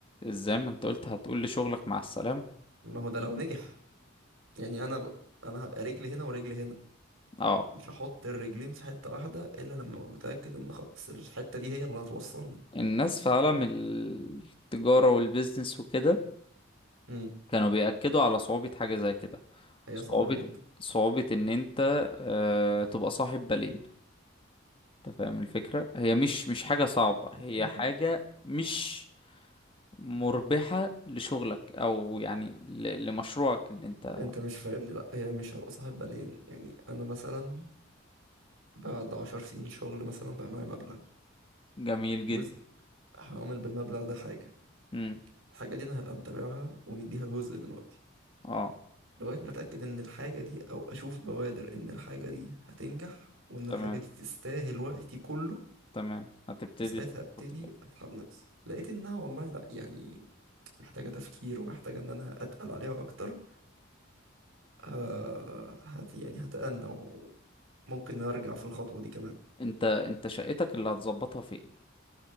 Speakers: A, on the left (about 25°); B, on the right (about 75°).
A: ازاي ما انت قلت هتقول لشغلك مع السلامة
B: ما هو ده لو نجح يعني أنا ب... أنا هبقى رجلي هنا ورجلي هنا
A: اه
B: مش هحط الرجلين في حتة واحدة إلا لما أبقى متأكد إن خلاص الحتة دي هي اللي هتوصلني
A: الناس في عالم التجارة والبيزنس وكده
B: مم.
A: كانوا بيأكدوا على صعوبة حاجة زي كده
B: هي
A: صعوبة
B: صعبة جدا
A: صعوبة ان انت آه تبقى صاحب بالين انت فاهم الفكرة هي مش مش حاجة صعبة هي
B: هي
A: حاجة مش مربحة لشغلك او يعني ل- لمشروعك اللي انت
B: أنت مش فاهمني لأ هي مش هبقى صاحب بالين يعني أنا مثلا بعد عشر سنين شغل مثلا بقى معايا مبلغ
A: جميل
B: جزء
A: جدا
B: هعمل بالمبلغ ده حاجة
A: امم
B: الحاجة دي أنا هبقى متابعها ومديها جزء من وقتي
A: اه
B: لغاية ما أتأكد إن الحاجة دي أو أشوف بوادر إن الحاجة دي هتنجح وإن
A: تمام
B: الحاجة دي تستاهل وقتي كله
A: تمام هتبتدي
B: فساعتها ابتدي
A: تحط فيها
B: اسحب نفسي لقيت انها والله لا يعني محتاجة تفكير ومحتاجة إن أنا أتقل عليها أكتر آه هت يعني هتأنى وممكن أرجع في الخطوة دي كمان
A: انت انت شقتك اللي هتظبطها فين